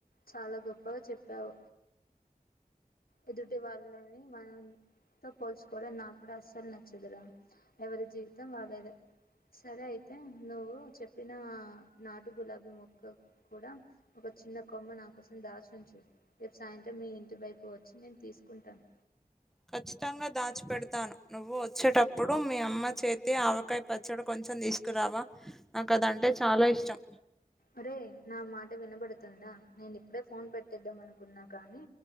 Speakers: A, on the left; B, in the centre.
A: చాలా గొప్పగా చెప్పావు ఎదుటి వాళ్ళని మనం తో పోల్చుకోవడం నాకు కూడా అస్సలు నచ్చదు రా ఎవరి జీవితం వాళ్ళేద సరే అయితే నువ్వు చెప్పిన నాటు గులాబీ మొక్క కూడా ఒక చిన్న కొమ్మ నా కోసం దాచుంచు రేపు సాయంత్రం మీ ఇంటి వైపు వ వచ్చి నేను తీసుకుంటాను
B: ఖచ్చితంగా దాచిపడతాను నువ్వు వచ్చేటప్పుడు మీ అమ్మ చేతి ఆవకాయ పచ్చడి కొంచెం చం తీసుకురావా నాకు అదంటే చాలా ఇష్టం
A: అరే నా మాట వినబడుతుందా నేను ఇప్పుడే ఫోన్ పెట్టేద్దాం అనుకున్నా కానీ